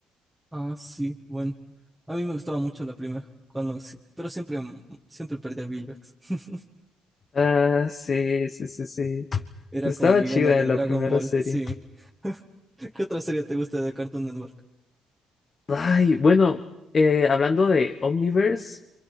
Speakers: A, in the centre; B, on the left.
A: Ah, sí, bueno. A mí me gustaba mucho la primera, cuando, sí, pero siempre, siempre perdía a Vilgax. <laughs>
B: Ah, sí, sí, sí, sí.
A: Era
B: Estaba
A: como el villano
B: chida
A: de
B: la
A: Dragon
B: primera
A: Ball,
B: serie.
A: sí. <laughs> ¿Qué otra serie te gusta de Cartoon Network?
B: Ay, bueno, eh, hablando de Omniverse,